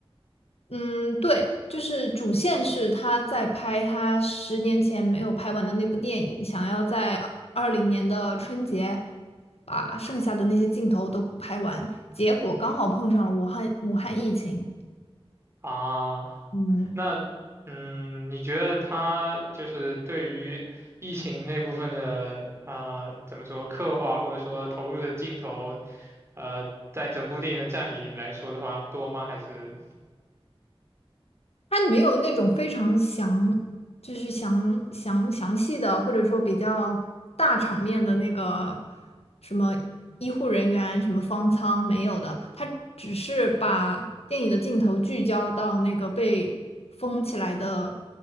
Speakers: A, on the left; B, on the right.
A: 嗯，对，就是主线是他在拍他十年前没有拍完的那部电影，想要在二零年的春节把剩下的那些镜头都补拍完，结果刚好碰上了武汉武汉疫情，
B: 啊
A: 嗯，
B: 那嗯，你觉得他就是对于疫情那部分的啊、呃怎么说刻画或者说投入的镜头，呃，在整部电影的占比来说的话，多吗？还是
A: 它没有那种非常详，就是详详详细的，或者说比较大场面的那个什么医护人员、什么方舱没有的，它只是把电影的镜头聚焦到那个被封起来的